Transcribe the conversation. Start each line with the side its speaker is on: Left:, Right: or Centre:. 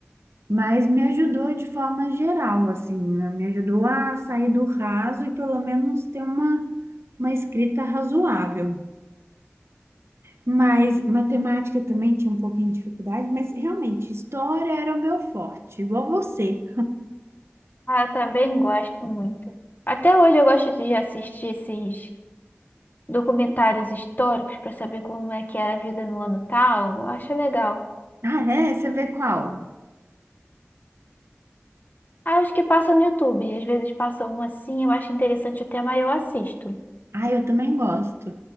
Right: Mas me ajudou de forma geral, assim, né? me ajudou a sair do raso e pelo menos ter uma, uma escrita razoável. Mas matemática também tinha um pouquinho de dificuldade, mas realmente, história era o meu forte, igual você.
Left: Ah, eu também gosto muito. Até hoje eu gosto de assistir esses documentários históricos para saber como é que era a vida no ano tal. Eu acho legal.
Right: Ah, é? Você vê qual?
Left: Ah, os que passam no YouTube. Às vezes passam um assim, eu acho interessante o tema e eu assisto.
Right: Ah, eu também gosto.